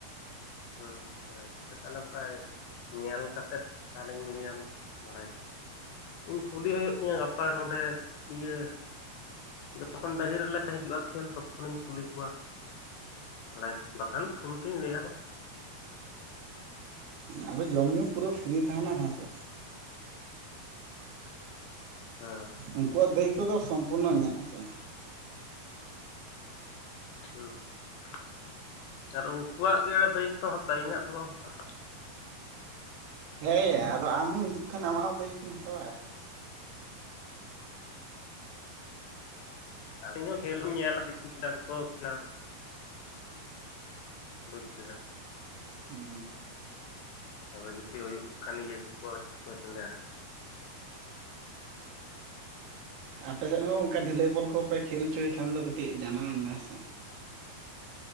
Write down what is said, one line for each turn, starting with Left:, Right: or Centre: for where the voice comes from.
Left: ᱦᱩᱸ ᱟᱪᱪᱷᱟ ᱛᱟᱦᱚᱞᱮ ᱚᱱᱠᱟ ᱧᱮᱞ ᱠᱟᱛᱮᱜ ᱛᱟᱦᱚᱞᱮᱧ ᱞᱟᱹᱭ ᱟᱢᱟ᱾ ᱵᱟᱲᱟᱭ ᱠᱮᱫᱟ ᱤᱧ ᱠᱩᱞᱤ ᱦᱩᱭᱩᱜ ᱛᱤᱧᱟᱹ ᱜᱟᱯᱟ ᱱᱚᱰᱮ ᱤᱭᱟᱹ ᱡᱚᱠᱷᱚᱱ ᱰᱟᱹᱦᱤ ᱨᱮᱞᱮ ᱦᱤᱡᱩᱜᱼᱟ ᱠᱷᱮᱞ ᱛᱚᱠᱷᱚᱱᱤᱧ ᱠᱩᱞᱤ ᱠᱚᱣᱟ᱾ ᱵᱟᱲᱟᱭ ᱫᱚ ᱵᱟᱠᱷᱟᱱ ᱯᱷᱳᱱ ᱛᱤᱧ ᱞᱟᱹᱭ ᱟᱢᱟ
Right: ᱟᱫᱚ ᱡᱚᱢ ᱧᱩ ᱯᱩᱨᱟᱹ ᱯᱷᱤᱨᱤ ᱛᱟᱦᱮᱱᱟ ᱦᱮᱸ ᱥᱮ᱾
Left: ᱦᱮᱸ
Right: ᱩᱱᱠᱩᱣᱟᱜ ᱫᱟᱹᱭᱤᱜᱛᱛᱚ ᱫᱚ ᱥᱚᱢᱯᱩᱨᱱᱚ ᱤᱧᱟᱹᱜ ᱦᱮᱸᱥᱮ᱾
Left: ᱦᱩᱸ ᱟᱨ ᱩᱱᱠᱩᱣᱟᱜ ᱜᱮ ᱫᱟᱭᱤᱛᱛᱚᱢ ᱦᱟᱛᱟᱣᱟ ᱤᱧᱟᱹᱜ ᱫᱚ ᱵᱟᱢ ᱦᱟᱛᱟᱣᱟ᱾
Right: ᱦᱮᱸᱭᱟ ᱟᱫᱚ ᱟᱢ ᱦᱚᱢ ᱦᱤᱡᱩᱜ ᱠᱷᱟᱱ ᱟᱢᱟᱜ ᱦᱚᱸ ᱫᱟᱹᱭᱤᱛᱛᱚᱧ ᱦᱟᱛᱟᱣᱟ ᱟᱨᱠᱤ᱾
Left: ᱟᱨ ᱤᱧ ᱦᱚᱸ ᱠᱷᱮᱞ ᱠᱚᱸᱧ ᱧᱮᱞᱟ ᱫᱮᱠᱷᱤ <unintelligible> ᱵᱩᱡᱽ ᱠᱮᱫᱟᱢ᱾
Right: ᱦᱮᱸ
Left: ᱟᱫᱚ ᱡᱩᱫᱤ ᱦᱩᱭᱩᱜ ᱠᱷᱟᱱ ᱤᱭᱟᱹ ᱠᱚᱠᱚ ᱪᱮᱫ ᱠᱚᱧ ᱞᱟᱹᱭᱟ᱾
Right: ᱟᱯᱮ ᱥᱮᱫ ᱦᱚᱸ ᱚᱱᱠᱟ ᱰᱷᱟᱹᱞᱟᱹᱭ ᱵᱚᱞ ᱠᱚᱯᱮ ᱠᱷᱮᱞ ᱦᱚᱪᱚᱭ ᱠᱷᱟᱱ ᱫᱚ ᱠᱟᱹᱴᱤᱡ ᱡᱟᱱᱟᱣ ᱟᱹᱧ ᱢᱮ ᱦᱮᱸᱥᱮ᱾